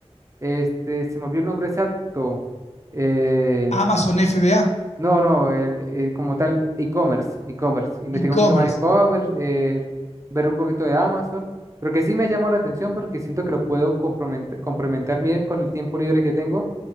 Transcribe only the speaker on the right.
Este, se me olvidó el nombre exacto. Eh,
no, no, el- el como tal, e-commerce, e-commerce. Investigar
un poquito más de e-commerce, eh, ver un poquito de Amazon. Pero que sí me llamó la atención porque siento que lo puedo complementar, complementar bien con el tiempo libre que tengo